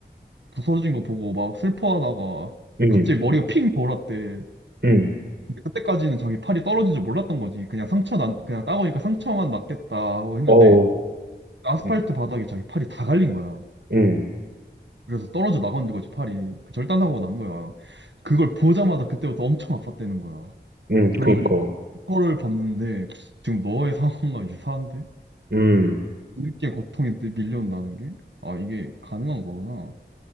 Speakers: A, on the right; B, on the right.
A: 부서진 거 보고 막 슬퍼하다가
B: 음,
A: 갑자기 머리가 핑 돌았대.
B: 음.
A: 근데 그때까지는 자기 팔이 떨어진 줄 몰랐던 거지. 그냥 상처 난, 그냥 따보니까 상처만 났겠다 하고 했는데
B: 어우,
A: 아스팔트
B: 음,
A: 바닥에 자기 팔이 다 갈린 거야.
B: 음,
A: 그래서 떨어져 나간 거지, 팔이. 그 절단사고 난 거야. 그걸 보자마자 그때부터 엄청 아팠다는 거야.
B: 음,
A: 그런
B: 그니까.
A: 거를 봤는데, 지금 너의 상황과 유사한데?
B: 음,
A: 뒤늦게 고통이 또 밀려온다는 게? 아, 이게 가능한 거구나.